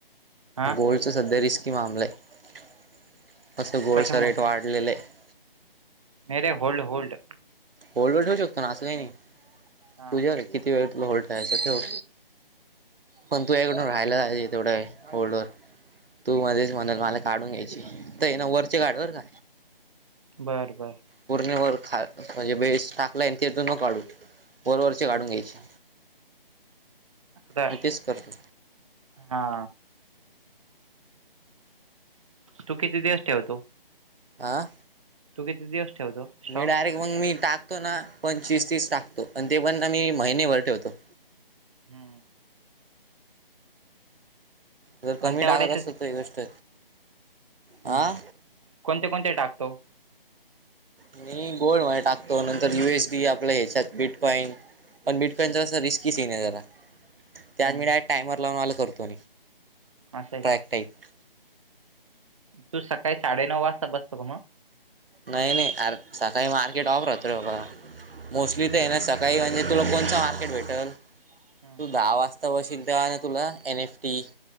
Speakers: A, on the right; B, on the right.
A: हा
B: गोल्डचं सध्या रिस्की मामलं आहे असं गोल्डचा
A: कशामुळं
B: रेट वाढलेलं आहे.
A: नेरे हल्ड होल्ड.
B: होल्डवर ठेवू शकतो ना असं काही नाही
A: हा
B: तुझ्या र किती वेळ तुला होल्ड ठेवायचं ठव. पण तू याकडून राहायलाच तेवढं ओल्डर. तू मध्येस म्हणा मला काढून घ्यायची तर ये ना वरचे काढवर का.
A: बरं बर.
B: परणी वर ख म्हणजे बेस टाकलाय आणि तेथ न काढू. वरवरचे काढून
A: हम्म
B: घ्यायचे
A: आता
B: मी तेच करतो.
A: हा. तू किती दिवस ठेवतो.
B: आं.
A: तू किती दिवस ठेवतो. स्टॉक
B: मी डायरेक्ट मग मी टाकतो. ना पंचवीस तीस टाकतो आणि ते पण ना मी महिनेभर ठेवतो.
A: हम्म,
B: तर कमी
A: आणि तेवढ्याचेच
B: टाकत असत तर ही गोष्ट हा
A: ह कोणते कोणते टाकतो.
B: मी गोल्ड मध्ये टाकतो नंतर युएस टीआपल्या ह्याच्यात बिटकॉईन. पण बिटकॉईनचा
A: हम्म
B: असं रिस्की सिन आहे जरा त्या
A: हम्म
B: आज मी टायमर लावून मी करतो.
A: असं आहे.
B: ट्रॅक टाईप
A: तू सकाळी साडेनऊ वाजता बसतो का मगं.
B: नाही नाही रे सकाळी मार्केट ऑफ राहतो बाबा मोस्टली ते
A: मग
B: ना सकाळी. काही म्हणजे तुला कोणतं मार्केट भेटलं
A: हम्म
B: तू दहा वाजता जातो तव शिक देवा ना तुला एन एफ टी